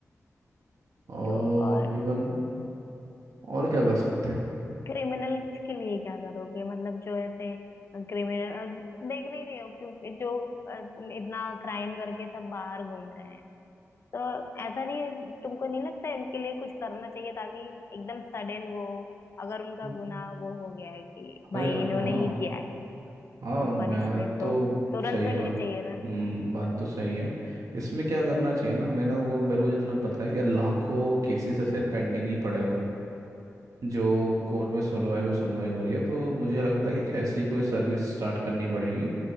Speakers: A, on the right; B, on the left.
A: और
B: तो और
A: इवन और क्या कर सकते हैं
B: क्रिमिनल्स के लिए क्या करोगे मतलब जो ऐसे क्रिमिनल देख नहीं रहे हो क्योंकि जो अ, इतना क्राइम करके सब बाहर घूम रहे हैं तो ऐसा नहीं है तुमको नहीं लगता इनके लिए कुछ करना चाहिए ताकि एकदम सडन वो अगर उनका
A: हम्म,
B: गुनाह वो हो गया है कि भाई
A: अरे हाँ
B: इन्होंने ही किया है
A: हाँ
B: तो
A: मैं
B: पनिशमेंट
A: तो
B: तो तुरंत
A: सही
B: मिलनी
A: बात
B: चाहिए ना
A: हम्म बात तो सही है इसमें क्या करना चाहिए ना मैंने वो मेरे को जितना पता है कि लाखों केसेस ऐसे पेंडिंग ही पड़े हुए हैं जो
B: हम्म
A: कोर्ट में सुनवाई पे सुनवाई हो रही है तो मुझे लगता है कि ऐसी कोई सर्विस स्टार्ट करनी पड़ेगी